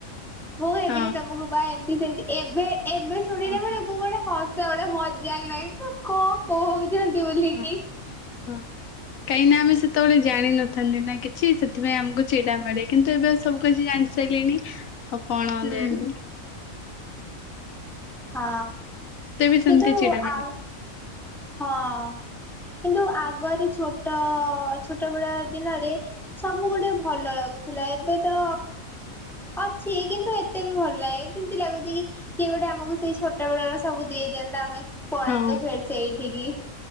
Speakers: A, in the centre; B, on the left (about 75°).
A: ମୁଁ ହେବିନି
B: ହଁ
A: ତମକୁ ବାହେବି <unintelligible> ଏବେ। ଏବେ ଶୁଣିଲା
B: ହଁ।
A: ବେଳକୁ ଗୋଟେ ହ <unintelligible> <unintelligible> ତୁ କଣ କହୁ <unintelligible> ବୋଲି
B: ହଁ।
A: କି।
B: ହଁ। କାହିଁକି ନା ଆମେ ସେତେବେଳେ ଜାଣିିନଥାନ୍ତି ନା କିଛି। ସେଥିପାଇଁ ଆମକୁ ଚିଡ଼ା ମାଡେ। କିନ୍ତୁ ଏବେ ଆଉ ସବୁ କିଛି ଜାଣି ସାଇଲେଣି। ତ କଣ
A: ହୁଁ।
B: <unintelligible>
A: ହଁ।
B: ବି ସେମିତି
A: କିନ୍ତୁ
B: ଚିଡା ମାଡେ
A: ଆଉ ହଁ। କିନ୍ତୁ ଆଗରେ ଛୋଟ ଛୋଟ ବେଳ ଦିନରେ ସବୁ ଗୋଟେ ଭଲ ଲାଗୁଥିଲା। ଏବେ ତ ଅଛି କିନ୍ତୁ ଏତେ ବି ଭଲ ନାହିଁ। ଯେମିତି ଲାଗୁଛି କି କିଏ ଗୋଟେ ଆମକୁ ସେଇ ଛୋଟ ବେଳ ର ସବୁ ଦେଇ ଦିଅନ୍ତା ଆମେ ପଳାନ୍ତୁ
B: ହଁ।
A: ଫେରି ସେଇ <unintelligible>